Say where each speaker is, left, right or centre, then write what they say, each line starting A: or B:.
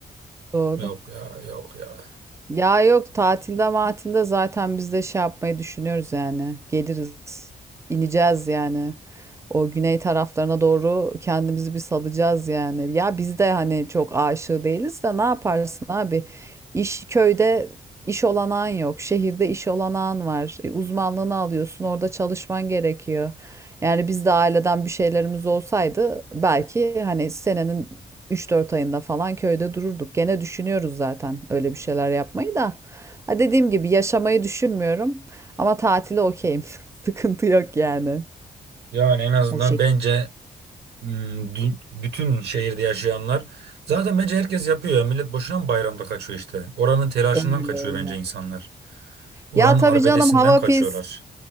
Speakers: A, on the right; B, on the right.
A: Doğru.
B: Yok ya yok ya.
A: Ya yok tatilde matilde zaten biz de şey yapmayı düşünüyoruz yani. Geliriz. ineceğiz yani. O güney taraflarına doğru kendimizi bir salacağız yani. Ya biz de hani çok aşığı değiliz de ne yaparsın abi? İş köyde iş olanağın yok. Şehirde iş olanağın var. E, Uzmanlığını alıyorsun. Orada çalışman gerekiyor. Yani biz de aileden bir şeylerimiz olsaydı belki hani senenin Üç dört ayında falan köyde dururduk. Gene düşünüyoruz zaten öyle bir şeyler yapmayı da. Ha dediğim gibi yaşamayı düşünmüyorum ama tatile okeyim. <laughs> Sıkıntı yok yani.
B: Yani en azından
A: O şekil.
B: bence hmm, dü- bütün şehirde yaşayanlar zaten bence herkes yapıyor ya. Millet boşuna mı bayramda kaçıyor işte. Oranın telaşından
A: Öyle
B: kaçıyor
A: öyle.
B: bence insanlar. Oranın
A: Ya tabii
B: arbedesinden
A: canım hava
B: kaçıyorlar.
A: pis,